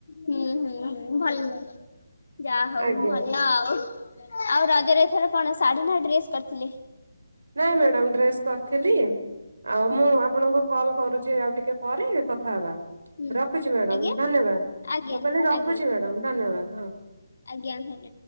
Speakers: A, on the left (about 65°); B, on the right (about 75°).
A: ହୁଁ ହୁଁ ହୁଁ ଭଲ ଯାହା ହଉ
B: ଆଜ୍ଞା
A: ଭଲ ଆଉ। ଆଉ ରଜରେ ଏଥର କଣ ଶାଢୀ ନା ଡ୍ରେସ କରିଥିଲେ?
B: ନାଇଁ ମ୍ୟାଡ଼ାମ ଡ୍ରେସ୍ କରିଥିଲି ଆଉ
A: ହୁଁ
B: ମୁଁ ଆପଣଙ୍କୁ କଲ କରୁଛି ଆଉ ଟିକେ ପରେ କଥା ହେବା।
A: ହୁଁ
B: ରଖୁଛି ମ୍ୟାଡାମ
A: ଆଜ୍ଞା
B: ଧନ୍ୟବାଦ
A: ଆଜ୍ଞା
B: ମୁଁ କହିଲି ରଖୁଛି
A: ଆଜ୍ଞା
B: ମ୍ୟାଡାମ ଧନ୍ୟବାଦ ହଁ।
A: ଆଜ୍ଞା ହୁଁ